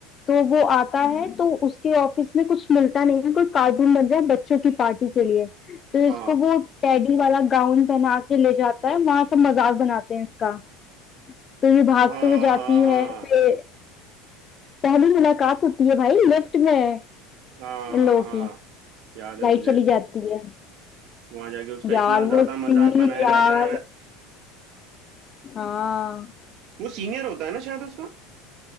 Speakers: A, on the left; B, on the right.
A: तो वो आता है हम्म तो उसके ऑफिस में कुछ मिलता नहीं है कोई कार्टून बन जाए बच्चों की पार्टी के लिए तो
B: हाँ
A: इसको वो टेडी वाला गाउन पहना के ले जाता है वहां सब मजाक बनाते हैं इसका तो ये भागते
B: हाँ
A: हुए जाती
B: हाँ हाँ
A: है फिर पहली मुलाकात होती है भाई लिफ्ट में इन
B: हाँ हाँ
A: लोगों
B: हाँ,
A: की
B: याद है
A: लाइट
B: मुझे
A: चली जाती है
B: वहां जाके उसका
A: यार
B: इतना
A: वो
B: ज्यादा
A: सीन
B: मजाक बनाया
A: यार
B: जाता है
A: हाँ
B: वो सीनियर होता है ना शायद उसका